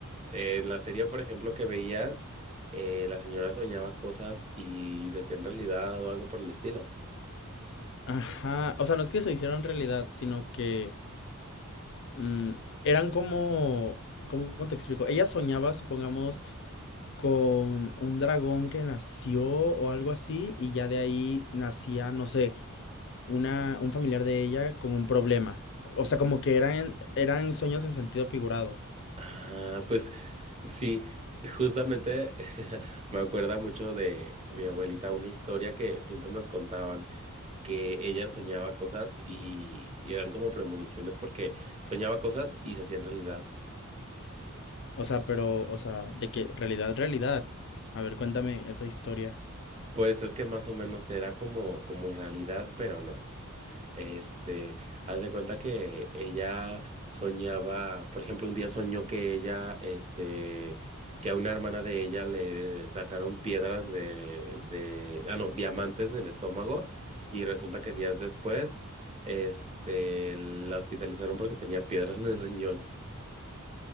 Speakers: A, on the right; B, on the left.
A: eh, en la serie, por ejemplo, que veías, eh, la señora soñaba cosas y se hacían realidad o algo por el estilo.
B: Ajá, o sea, no es que se hicieron realidad, sino que mm, eran como, ¿cómo te explico? Ella soñaba, supongamos, con un dragón que nació o algo así, y ya de ahí nacía, no sé, una, un familiar de ella con un problema. O sea, como que eran, eran sueños en sentido figurado.
A: Ah, pues sí, justamente <laughs> me acuerda mucho de mi abuelita, una historia que siempre nos contaban, que ella soñaba cosas y, y eran como premoniciones porque soñaba cosas y se hacían realidad.
B: O sea, pero, o sea, de que realidad, realidad. A ver, cuéntame esa historia.
A: Pues es que más o menos era como, como realidad, pero no. Este, haz de cuenta que ella soñaba, por ejemplo, un día soñó que ella, este, que a una hermana de ella le sacaron piedras de, de, ah, no, diamantes del estómago y resulta que días después, este, la hospitalizaron porque tenía piedras en el riñón.